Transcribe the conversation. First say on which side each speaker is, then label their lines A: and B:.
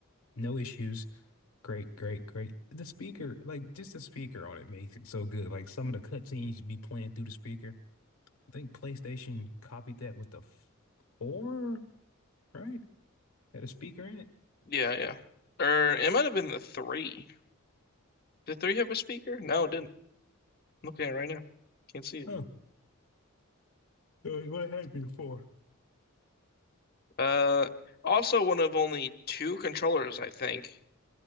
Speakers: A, on the left; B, on the left.
A: No issues. Great, great, great. The speaker, like just the speaker on it makes it so good. Like some of the cutscenes should be playing through the speaker. I think PlayStation copied that with the f- four, right? Had a speaker in it.
B: Yeah, yeah. Or it might have been the three. Did three have a speaker? No, it didn't. I'm looking at it right now. Can't see it.
A: Oh, uh, what had before?
B: Uh, also one of only two controllers, I think